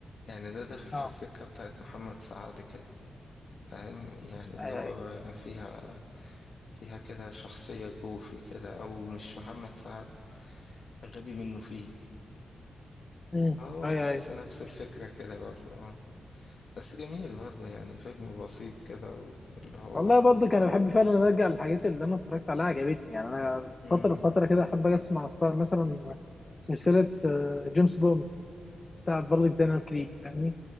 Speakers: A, on the left (about 65°); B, on the left (about 30°).
A: يعني ده داخل
B: اه
A: في السكة بتاعت محمد سعد كده فاهم يعني اللي
B: أيوه
A: هو
B: أيوه
A: فيها فيها كده شخصية جوفي كده أو مش محمد سعد غبي منه فيه
B: أمم،
A: هو
B: أيوه
A: تحس
B: أيوه
A: نفس الفكرة كده برضه اه بس جميل برضه يعني فيلم بسيط كده واللي هو
B: والله برضه كان بحب فعلا إن ارجع للحاجات اللي انا اتفرجت عليها عجبتني يعني انا
A: مم.
B: فتره فتره كده احب اسمع اتفرج مثلا سلسله آه، جيمس بوند بتاعت برضه دانيال كريج فاهمني